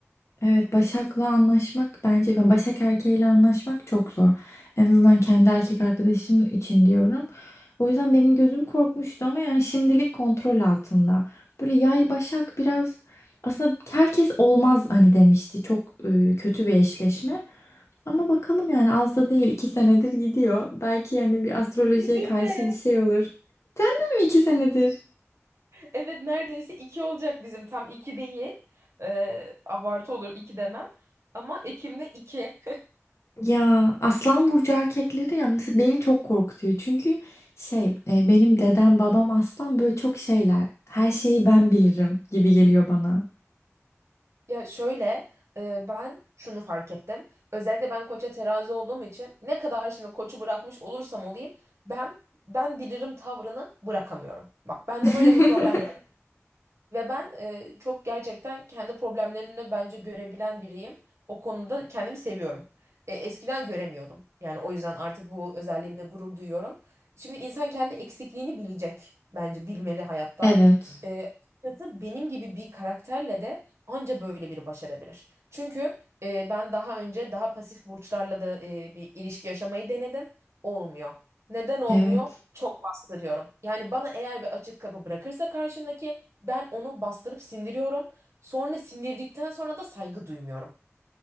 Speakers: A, on the left; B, on the right.
A: Evet, Başak'la anlaşmak bence ben Başak erkeğiyle anlaşmak çok zor. En azından kendi erkek arkadaşım için diyorum. O yüzden benim gözüm korkmuştu ama yani şimdilik kontrol altında. Böyle yay Başak biraz aslında herkes olmaz hani demişti. Çok e, kötü bir eşleşme. Ama bakalım yani az da değil iki senedir gidiyor. Belki yani bir astrolojiye
B: Bizim
A: karşı
B: de.
A: bir şey
B: <laughs>
A: olur. Değil mi? İki senedir.
B: Evet neredeyse iki olacak bizim. Tam iki değil. Ee, abartı olur iki demem. Ama Ekim'de iki.
A: Ya Aslan burcu erkekleri ya mesela beni çok korkutuyor. Çünkü şey e, benim dedem babam aslan böyle çok şeyler. Her şeyi ben bilirim gibi geliyor bana.
B: Ya şöyle e, ben şunu fark ettim. Özellikle ben koça terazi olduğum için ne kadar şimdi koçu bırakmış olursam olayım ben ben bilirim tavrını bırakamıyorum. Bak bende
A: <laughs>
B: böyle bir problem ve ben e, çok gerçekten kendi problemlerini de bence görebilen biriyim. O konuda kendimi seviyorum. E, eskiden göremiyordum. Yani o yüzden artık bu özelliğimle gurur duyuyorum. Şimdi insan kendi eksikliğini bilecek bence bilmeli hayatta.
A: Evet,
B: E, açıkçası benim gibi bir karakterle de anca böyle biri baş edebilir. Çünkü e, ben daha önce daha pasif burçlarla da e, bir ilişki yaşamayı denedim. Olmuyor. Neden olmuyor?
A: evet.
B: Çok bastırıyorum. Yani bana eğer bir açık kapı bırakırsa karşımdaki ben onu bastırıp sindiriyorum. Sonra sindirdikten sonra da saygı duymuyorum.